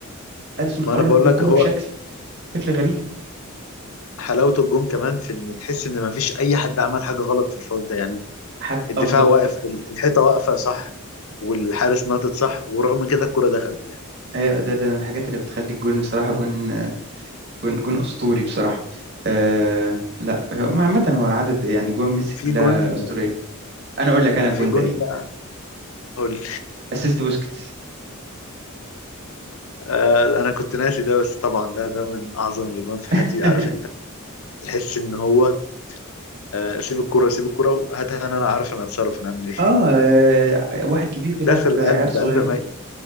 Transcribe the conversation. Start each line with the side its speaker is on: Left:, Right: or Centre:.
Right: اليسون
Left: ما
Right: قرب
Left: أنا بقول
Right: للكوره
Left: لك هو
Right: بشكل شكل غريب
Left: حلاوة الجون كمان في إن تحس إن ما فيش أي حد عمل حاجة غلط في الفاول ده يعني
Right: حتى
Left: الدفاع
Right: اه بالظبط
Left: واقف الحيطة واقفة صح والحارس نطت صح ورغم من كده الكرة دخلت يعني
Right: ايوه ده ده من الحاجات اللي بتخلي الجون بصراحه جون جون جون اسطوري بصراحه آه لا هو عامه هو عدد يعني جوان ميسي
Left: في
Right: كلها
Left: جون
Right: اسطوريه انا اقول لك انا الجون
Left: في جون
Right: ده ايه
Left: بقى هو ال-
Right: اسيست بوسكيتس
Left: آه انا كنت ناسي ده بس طبعا ده ده من اعظم الاجوان في حياتي
Right: <laughs>
Left: عارف انت تحس ان هو آه سيب الكرة سيب الكرة وهاتها انا انا عارف انا اتصرف انا اعمل ايه <laughs>
Right: اه آه، واحد كبير بيلعب
Left: داخل
Right: عيال
Left: قلب
Right: صغيرين
Left: قلب ميت